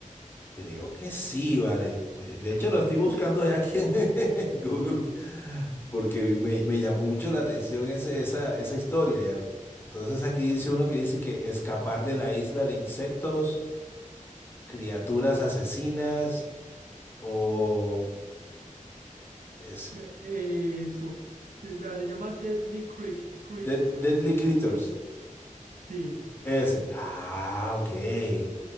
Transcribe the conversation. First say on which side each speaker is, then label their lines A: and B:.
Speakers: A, on the left; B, on the right.
A: Creo que sí, vale. Oye, De hecho, lo estoy buscando ya aquí en <laughs> Google porque me, me llamó mucho la atención ese- esa, esa historia ya. Entonces aquí dice uno que dice que escapar de la isla de insectos. criaturas asesinas o es-
B: Ve- Eso. Se, vea, se llama Deadly Creat- Creatures.
A: de- Deadly Creatures.
B: Sí.
A: Ese. Ah, ok.